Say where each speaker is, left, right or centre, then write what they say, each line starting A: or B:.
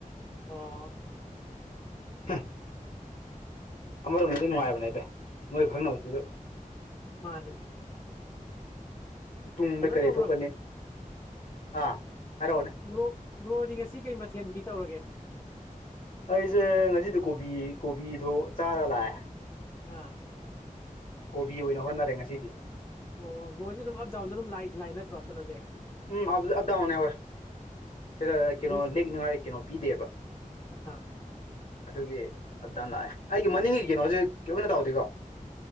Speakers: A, on the left; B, on the left.
A: ꯑꯣ
B: ꯍ ꯑꯃꯔꯣꯝꯗꯗꯤ ꯅꯨꯡꯉꯥꯏꯕꯅꯦꯗ ꯃꯣꯏ ꯈꯪꯅꯕꯁꯤꯁꯨ
A: ꯃꯥꯅꯦ
B: ꯇꯨꯡꯗ
A: ꯀꯩꯅꯣ
B: ꯀꯔꯤ
A: ꯇꯧꯕ꯭ꯔꯣ
B: ꯊꯣꯛꯀꯅꯤ ꯑꯥ ꯍꯥꯏꯔꯛꯑꯣꯅꯦ
A: ꯕ꯭ꯔꯣ ꯕ꯭ꯔꯣꯗꯤ ꯉꯁꯤ ꯀꯩ ꯃꯊꯦꯜꯗꯤ ꯇꯧꯔꯒꯦ
B: ꯑꯩꯖ‌ꯦ ꯉꯁꯤꯗꯤ ꯀꯣꯕꯤ ꯀꯣꯕꯤꯗꯨ ꯆꯥꯔꯒ ꯂꯥꯛꯑꯦ
A: ꯑꯥ
B: ꯀꯣꯕꯤ ꯑꯣꯏꯅ ꯍꯣꯠꯅꯔꯦ ꯉꯁꯤꯗꯤ
A: ꯑꯣ ꯕ꯭ꫪꫭꯖ‌ꯦ ꯑꯗꯨꯝ ꯑꯞ ꯗꯥꯎꯗ ꯑꯗꯨꯝ ꯂꯥꯏ ꯂꯥꯛꯏ ꯅꯠꯇ꯭ꯔꯣ ꯀꯩꯅꯣꯖ‌ꯦ
B: ꯎꯝ ꯑꯞ ꯑꯞ ꯗꯥꯎꯅ‌ꯦ ꯑꯩꯈꫭꯏ ꯁꯤꯗ ꯀꯩꯅꯣ
A: ꯑꯗꯨꯏ
B: ꯂꯦꯛꯅꯤꯡꯉꯥꯏ ꯀꯩꯅꯣ ꯄꯤꯗꯦꯕ
A: ꯑꯥ
B: ꯑꯗꯨꯒꯤ ꯑꯞꯗꯥꯟ ꯂꯥꯛꯑꯦ ꯑꯩꯒꯤ ꯃꯅꯤꯡꯒꯤ ꯀꯩꯅꯣꯖ‌ꯦ ꯀꯩꯕꯟꯗ ꯇꯧꯗ‌ꯦꯀꯣ